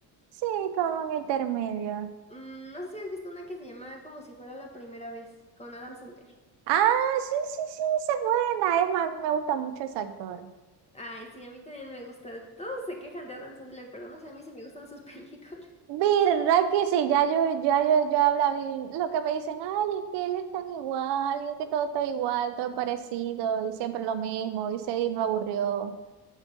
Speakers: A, on the right; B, on the left.
A: Sí, como en intermedio.
B: Mm, no sé si has visto una que se llama Como si fuera la primera vez, con Adam Sandler.
A: Ah, sí, sí, sí, esa es buena. Es más, me gusta mucho ese actor.
B: Ay, sí, a mí también me gusta. Todos se quejan de Adam Sandler, pero no sé, a mí sí me gustan sus <laughs> películas.
A: ¿Verdad que sí? Ya yo, ya yo, yo hablaba y lo que me dicen, ay, es que él es tan igual, y es que todo está igual, todo es parecido, y siempre lo mismo, y se y me aburrió.